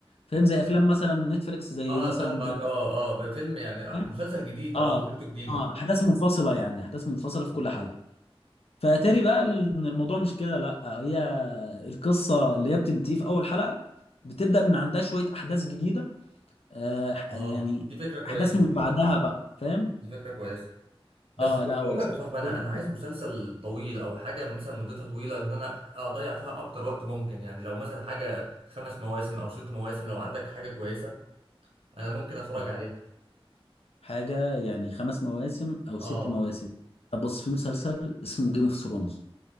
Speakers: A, on the left; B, on the right.
A: فاهم زي افلام مثلا نتفليكس زي
B: اه
A: مثلا
B: أنا فاهمك
A: بلاك
B: اه اه بقى فيلم يعني
A: مير
B: مسلسل جديد اه
A: اه
B: فكرته جديده
A: اه احداث منفصله يعني احداث منفصله في
B: اه
A: كل حلقه فاتاري بقى ال- ان الموضوع مش كده لا هي القصه اللي هي بتنتهي في اول حلقه بتبدا من عندها شويه احداث جديده آه ح-
B: آه،
A: يعني
B: دي فكره كويسه
A: احداث من بعدها بقى فاهم
B: دي فكره كويسه بس
A: اه
B: بقول
A: لا هو مسلسل
B: لك يا صاحبي انا
A: جامد.
B: انا عايز مسلسل طويل او حاجه مثلا مدتها طويله ان انا اضيع فيها اكتر وقت ممكن يعني لو مثلا حاجه خمس مواسم او ست مواسم لو عندك حاجه كويسه انا ممكن اتفرج
A: طب،
B: عليه
A: حاجه يعني خمس مواسم او
B: اه
A: ست مواسم طب بص في مسلسل اسمه جيم اوف ثرونز